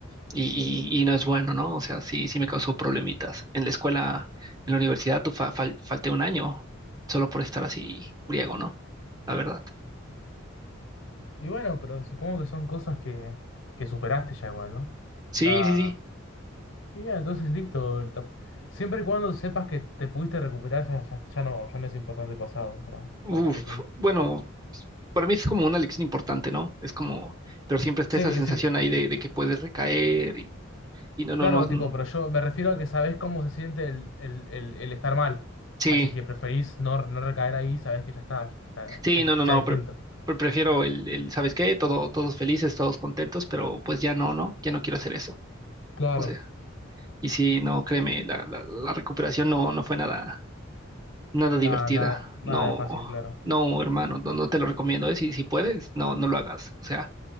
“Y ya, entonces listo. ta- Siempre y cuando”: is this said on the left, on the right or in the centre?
Left